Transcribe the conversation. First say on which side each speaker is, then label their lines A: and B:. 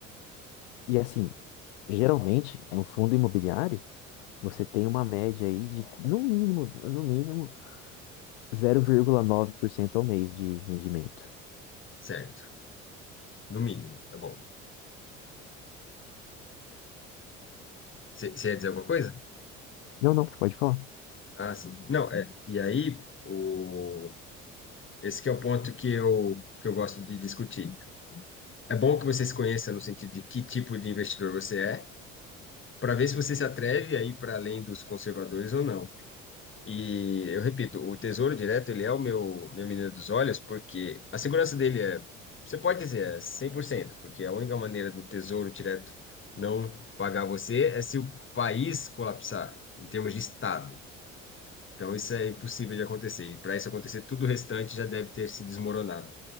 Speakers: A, on the left; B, on the left.
A: E assim, Geralmente, no fundo imobiliário, você tem uma média aí de, no mínimo, no mínimo, zero vírgula nove por cento ao mês de rendimento.
B: Certo, no mínimo, é bom. Você você ia dizer alguma coisa?
A: Não, não, pode falar.
B: Ah, sim. Não, é. E aí, o... esse que é o ponto que eu, que eu gosto de discutir. É bom que você se conheça no sentido de que tipo de investidor você é, para ver se você se atreve aí para além dos conservadores ou não. E eu repito, o Tesouro Direto, ele é o meu minha menina dos olhos, porque a segurança dele é, você pode dizer, é 100% porque a única maneira do Tesouro Direto não pagar você é se o país colapsar, em termos de Estado. Então isso é impossível de acontecer. E para isso acontecer, tudo o restante já deve ter se desmoronado.